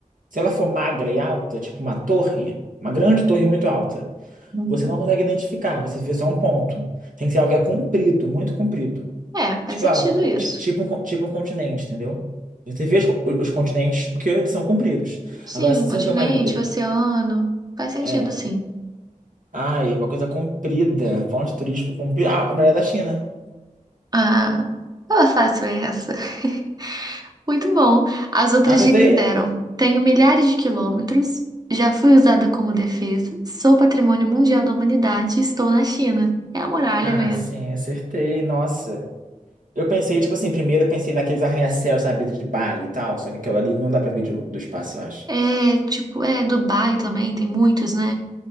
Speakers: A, on the right (about 75°); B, on the right (about 30°).
A: Se ela for magra e alta, tipo uma torre, uma grande torre muito alta,
B: Uhum.
A: você não consegue identificar, você vê só um ponto. Tem que ser algo que é comprido, muito comprido.
B: É, faz
A: Tipo,
B: sentido
A: ah, um con-
B: isso.
A: ti- tipo, um con- tipo um continente, entendeu? Você vê os, co- os continentes porque eles são compridos.
B: Sim,
A: Agora, se você
B: continente,
A: vê uma ilha,
B: oceano. Faz sentido,
A: é.
B: sim.
A: Ai, uma coisa comprida. Ponto turístico comprido. Ah, a muralha da China.
B: Ah, tava fácil essa. <laughs> Muito bom. As outras
A: Acertei?
B: dicas eram: tenho milhares de quilômetros, já fui usada como defesa, sou patrimônio mundial da humanidade, e estou na China. É a muralha
A: Ah,
B: mesmo.
A: sim, acertei. Nossa. Eu pensei, tipo assim, primeiro eu pensei naqueles arranha-céus, sabe, de Bali e tal. Só que aquilo ali não dá pra ver de- do espaço, eu acho.
B: É, tipo, é Dubai também, tem muitos, né?